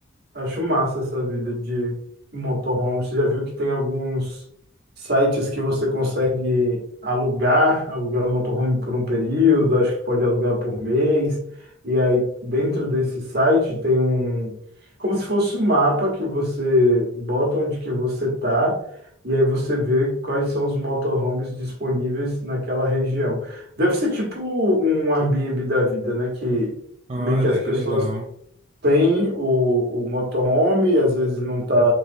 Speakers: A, on the right (about 50°); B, on the right (about 30°).
A: Acho massa essa vida de motorhome. Você já viu que tem alguns sites que você consegue alugar, alugar o motorhome por um período, acho que pode alugar por mês. E aí, dentro desse site, tem um, como se fosse um mapa que você bota onde que você tá, e aí você vê quais são os motorhomes disponíveis naquela região. Deve ser tipo um Airbnb da vida, né? Que
B: Olha,
A: meio que as pessoas
B: que legal.
A: tem o, o motorhome, e às vezes não está